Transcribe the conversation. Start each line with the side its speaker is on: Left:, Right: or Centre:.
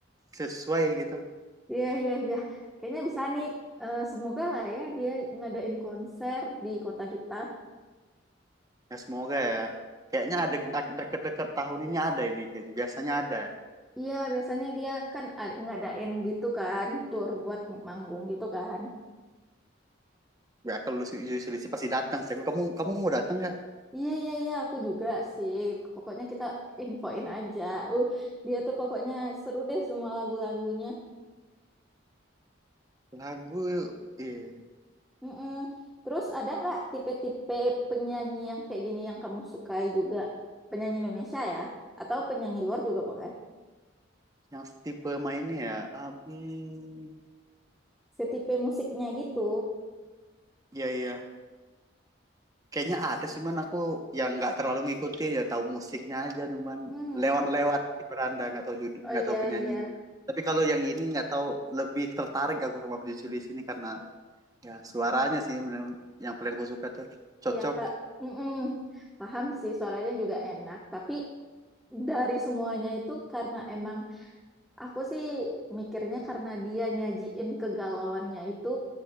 Right: sesuai gitu.
Centre: Iya, iya, iya. Kayaknya bisa nih. Eh, semoga lah ya dia ngadain konser di kota kita.
Right: Ya semoga ya. Kayaknya ada
Centre: Mm.
Right: ada- deket-deket tahun ini ada ini kayaknya. Biasanya ada.
Centre: Iya, biasanya dia kan ad- ngadain gitu kan, tour buat manggung gitu kan.
Right: Ya kalau lu selisih pasti datang sih. Kamu kamu mau datang nggak?
Centre: Iya, iya, iya, aku juga sih. Pokoknya kita infoin aja. Uh, dia tuh pokoknya seru deh semua lagu-lagunya.
Right: Lagu eh,
Centre: Mm-mm. Terus ada nggak tipe-tipe penyanyi yang kayak gini yang kamu sukai juga? Penyanyi Indonesia ya? Atau penyanyi luar juga boleh?
Right: yang tipe mainnya ya. ah, hmm,
Centre: Setipe musiknya gitu.
Right: ya ya. Kayaknya ada sih man aku yang nggak terlalu ngikutin ya tahu musiknya aja nih, man.
Centre: Hmm,
Right: Lewat-lewat di beranda nggak tahu judul
Centre: oh
Right: nggak
Centre: iya
Right: tahu penyanyinya.
Centre: iya
Right: Tapi kalau yang ini nggak tahu lebih tertarik aku sama penyanyi di sini karena ya suaranya sih bener yang paling aku suka tuh cocok
Centre: iya kak, Mm-mm. Paham sih suaranya juga enak. Tapi dari semuanya itu karena emang aku sih mikirnya karena dia nyajiin kegalauannya itu